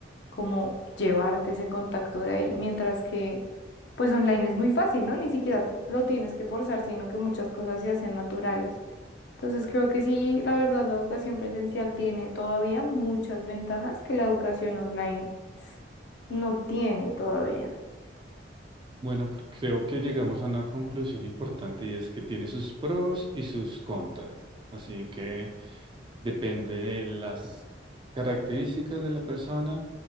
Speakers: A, on the left; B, on the right.
A: como llevarte ese contacto de ahí, mientras que pues online es muy fácil, ¿no? Ni siquiera te- lo tienes que forzar, sino que muchas cosas se hacen naturales. Entonces creo que sí, la verdad, la educación presencial tiene todavía muchas ventajas que la educación online no tiene todavía.
B: Bueno, pr- creo que llegamos a una conclusión importante y es que tiene sus pros y sus contras. Así que... depende de las características de la persona